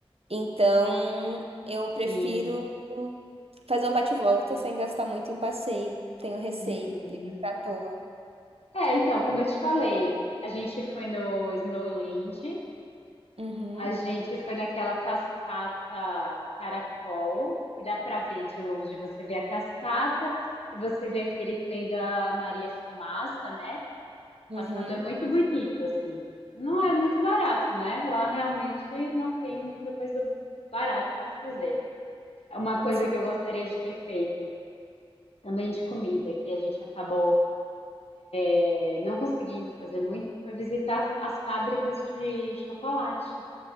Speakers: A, on the right; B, on the left.
A: Então, eu prefiro
B: sim.
A: fazer um bate-volta sem gastar muito em passeio. Tenho receio
B: Uhum.
A: de gastar à toa.
B: É, então, como eu te falei, a gente foi no Snowland,
A: Uhum,
B: a gente foi naquela cascata Caracol, que dá pra ver de longe, você vê a cascata e você vê aquele trem da Maria Fumaça, né?
A: uhum.
B: Passando é muito bonito, assim. Não é muito barato, né? Lá realmente não tem muita coisa barata para fazer. É Uma coisa
A: Sim.
B: que eu gostaria de ter feito, também de comida, que a gente acabou eh, não conseguindo fazer muito, foi visitar as, as fábricas de chocolate.